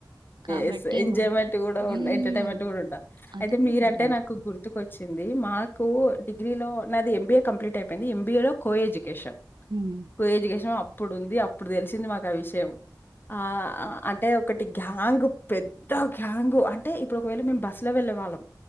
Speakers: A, on the right; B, on the left.
A: కాబట్టి
B: ఎస్ ఎంజాయ్మెంట్
A: మ
B: కూడా
A: హ్మ్.
B: ఉండే ఎంటర్టైన్మెంట్ కూడా ఉండాల
A: అది
B: అయితే
A: కూడా
B: మీరంటే
A: ఉండాలి.
B: నాకు గుర్తు కోచ్చింది మాకు డిగ్రీలో నాది ఎంబీఏ కంప్లీట్ అయిపోయింది ఎంబిఏ లో కో ఎడ్యుకేషన్
A: హ్మ్.
B: కోఎడ్యుకేషన్ అప్పుడుంది అప్పుడు తెలిసింది మాకు ఆ విషయం ఆ అంటే ఒక గ్యాంగ్ పెద్ద గ్యాంగ్ అంటే ఇప్పుడు ఒకవేళ మేము బస్సు లో వెళ్ళే వాళ్ళం